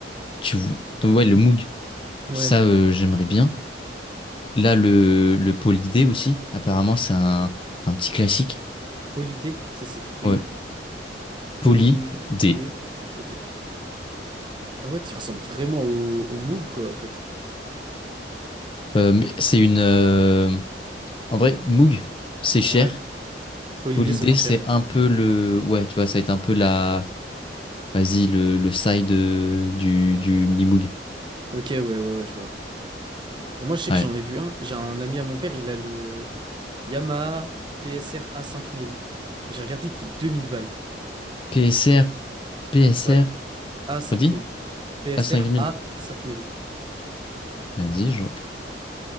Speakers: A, on the left; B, on the right.
A: Tu... vou- Donc, ouais, le Moog,
B: Ouais,
A: ça, euh, j'aimerais bien. Là, le, le Poly-D aussi, apparemment, c'est un, un petit classique.
B: Polydé, ça s'écrit
A: Ouais,
B: Polydé.
A: Poly-D.
B: Ok. Ah ouais, tu ressembles vraiment au, au Moog, quoi, en fait.
A: Euh, mais c'est une. euh, En vrai, Moog, c'est cher,
B: Ouais, Polydé,
A: Polydé,
B: c'est moins
A: c'est
B: cher.
A: un peu le. Ouais, tu vois, ça va être un peu
B: C'est-
A: la. Vas-y, le, le side euh, du, du Minimoog.
B: Ok, ouais, ouais, ouais, je vois. Moi, je sais
A: Ouais.
B: que j'en ai vu un. J'ai un ami à mon père, il a le Yamaha PSR a cinq mille Et j'ai regardé, il coûte 2000 balles.
A: PSR, PSR,
B: Ouais, A5000.
A: redis?
B: cinq PSR
A: A5000.
B: A5000.
A: Vas-y, je.